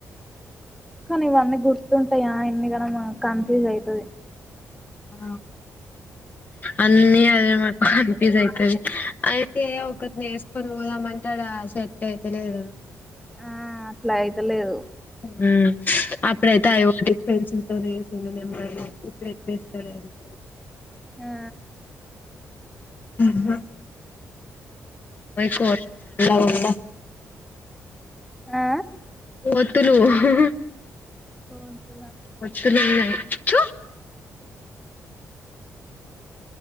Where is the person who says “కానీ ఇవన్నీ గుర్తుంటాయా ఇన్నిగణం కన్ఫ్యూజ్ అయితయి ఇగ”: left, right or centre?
Centre